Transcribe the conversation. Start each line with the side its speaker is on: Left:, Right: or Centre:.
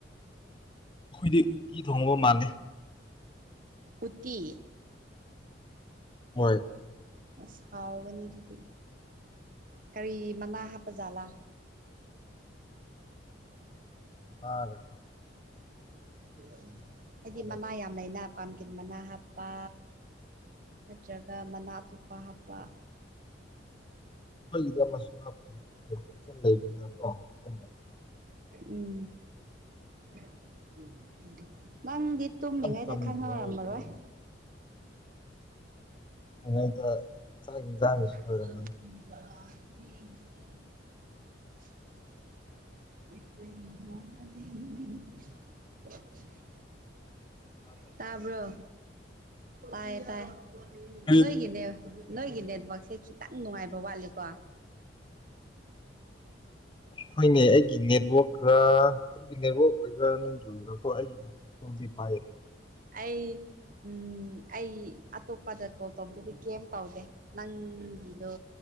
Left: ꯑꯩꯈꯣꯏꯗꯤ ꯎꯇꯤ ꯊꯣꯡꯕ ꯃꯥꯟꯅꯦ
Right: ꯎꯠꯇꯤ
Left: ꯍꯣꯏ
Right: ꯑꯁ ꯍꯥꯎꯒꯅꯤ ꯑꯗꯨꯗꯤ ꯀꯔꯤ ꯃꯅꯥ ꯍꯥꯞꯄꯖꯥꯠꯂ <inaudible>
Left: ꯉꯥꯒ
Right: <unintelligible>
Left: ꯍꯣꯁꯇꯦꯜꯗ
Right: ꯍꯥꯏꯗꯤ ꯃꯅꯥ
Left: ꯂꯩꯕꯅꯤꯅ
Right: ꯌꯥꯝ
Left: ꯍꯥꯞꯇꯦ.
Right: ꯂꯩꯅ ꯄꯥꯝ ꯇꯤꯟ ꯃꯅꯥ ꯍꯥꯞꯄ ꯅꯠꯇ꯭ꯔꯒ ꯃꯅꯥ ꯑꯇꯣꯞꯄ ꯍꯥꯞꯄ
Left: ꯑꯩꯈꯣꯏꯒꯤꯗ ꯑꯃꯁꯨ ꯍꯥꯞ <unintelligible>
Right: ꯎꯝ <inaudible> ꯅꯪꯗꯤ ꯇꯨꯝꯃꯤꯉꯩꯗ
Left: ꯏꯆꯝ ꯆꯝꯅ
Right: ꯈꯪꯍꯧꯔꯝꯃꯔꯣꯏ
Left: ꯊꯣꯡꯉꯒ ꯄꯤꯕꯅꯤ
Right: <inaudible>
Left: <unintelligible>
Right: <inaudible>
Left: ꯂꯣꯏꯔꯝꯃꯅꯤ
Right: <unintelligible> ꯇꯥꯕ꯭ꯔꯣ ꯇꯥꯌꯦ ꯇꯥꯏ
Left: ꯀꯔꯤ
Right: ꯅꯣꯏꯒꯤꯅꯦ ꯅꯣꯏꯒꯤ ꯅꯦꯠꯋꯥꯛꯁꯦ ꯈꯤꯇꯪ ꯅꯨꯡꯉꯥꯏꯕ ꯋꯥꯠꯂꯦꯀꯣ
Left: ꯍꯣꯏꯅꯦ ꯑꯩꯒꯤ ꯅꯦꯠꯋꯥꯛꯔꯥ ꯑꯩꯒꯤ ꯅꯦꯠꯋꯥꯛ ꯑꯣꯏꯒꯕ꯭ꯔꯥ ꯅꯪꯒꯤ <inaudible>
Right: ꯑꯩ ꯎꯝ ꯑꯩ ꯑꯇꯣꯞꯄꯗ ꯀꯣꯜ ꯇꯧꯕꯗꯗꯤ ꯀꯩꯝ ꯇꯧꯗꯦ ꯅꯪꯒꯤꯗꯣ